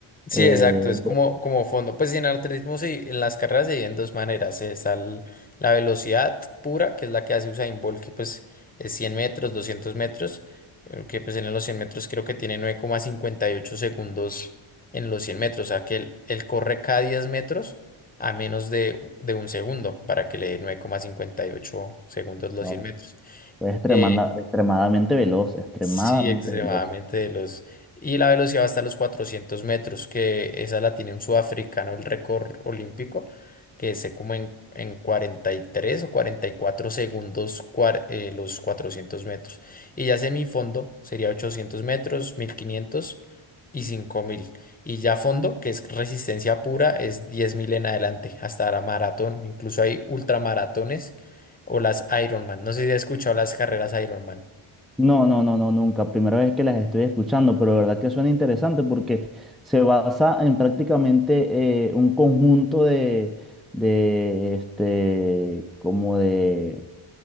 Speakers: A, on the left (about 15°); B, in the centre.
A: Sí,
B: eh,
A: exacto, es
B: de-
A: como, como fondo. Pues en atletismo se- en las carreras se dividen en dos maneras. Está el- la velocidad pura, que es la que hace Usain Bolt, que pues es 100 metros, 200 metros, eh, que pues en los 100 metros creo que tiene nueve coma cincuenta y ocho segundos en los 100 metros, o sea que él, él corre cada 10 metros a menos de, de un segundo para que le dé nueve coma cincuenta y ocho segundos los
B: no,
A: 100 metros.
B: es tremanda-
A: Eh,
B: extremadamente veloz, extremadamente
A: Sí, extremadamente
B: veloz.
A: veloz. Y la velocidad va hasta los 400 metros, que esa la tiene un sudafricano, el récord olímpico, que se como en, en 43 o 44 segundos cuar- eh, los 400 metros. Y ya semifondo sería 800 metros, 1500 y 5000. Y ya fondo, que es resistencia pura, es 10.000 en adelante, hasta la maratón. Incluso hay ultramaratones o las Ironman. No sé si has escuchado las carreras Ironman.
B: No, no, no, no, nunca. Primera vez que las estoy escuchando, pero de verdad que suena interesante porque se basa en prácticamente eh, un conjunto de, de, este, como de